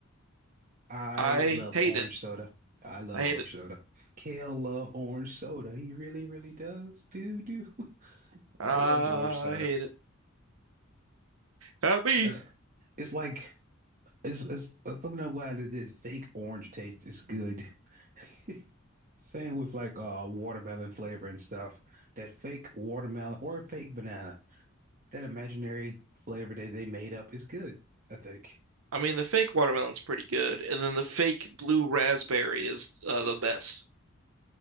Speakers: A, on the right; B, on the right.
A: I
B: I
A: love
B: hate
A: orange
B: it.
A: soda. I love
B: I
A: orange
B: hate it.
A: soda. Kale love orange soda. He really, really does. Dude, dude. <laughs>
B: I
A: I loves orange soda.
B: hate it. Not me.
A: Uh, it's like it's, it's I don't know why the, the fake orange taste is good. <laughs> Same with like uh watermelon flavor and stuff. That fake watermelon or fake banana. That imaginary flavor that they made up is good, I think.
B: I mean, the fake watermelon's pretty good, and then the fake blue raspberry is uh, the best,